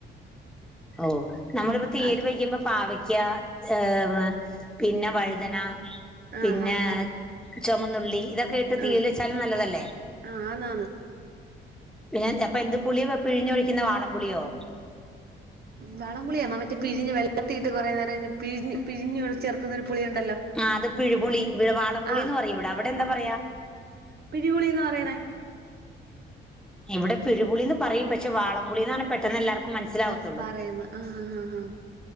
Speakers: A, in the centre; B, on the right.
A: ഓ നമ്മളിവിടെ തീയല്
B: ആഹ്
A: വെക്കുമ്പോ പാവയ്ക്ക. ഏ പിന്നെ വഴുതന പിന്നെ.
B: ആഹ് ആറ്
A: ചൊമന്നുള്ളി ഇതൊക്കെ ഇട്ട് തീയൽ
B: ആഹ്
A: വെച്ചാലും നല്ലതല്ലേ?
B: ആഹ് ആന്നാന്ന്
A: പിന്നെ അപ്പൊ എന്ത് പുളിയോ പിഴിഞ്ഞൊഴിക്കുന്ന വാളം പുളിയോ?
B: വാളം പുളിയ മറ്റേ പിഴിഞെടുത്തിട്ട് കുേ നേരം പിഴഞ് പിഴഞ്ഞഞ് ചേർക്കുന്നൊരു പുളിയുണ്ടല്ലോ.
A: ആ അത് പിഴി പുളി വാളംപുളിന്ന്
B: ആഹ്
A: പറയും ഇവിടെ അവിടെ എന്താ പറയാ?
B: പിഴിപുളി ന്ന പറ യുന്നത്.
A: ഇവിടെ പിഴുപുളിന്ന് പറയും പക്ഷേ വാളം പുളിന്നാണ് പെട്ടെന്ന് എല്ലാവർ ക്കും മനസ്സിലാവത്തൊള്ളൂ.
B: ആഹ് പറയുന്ന ആഹ് ആഹ് ആഹ്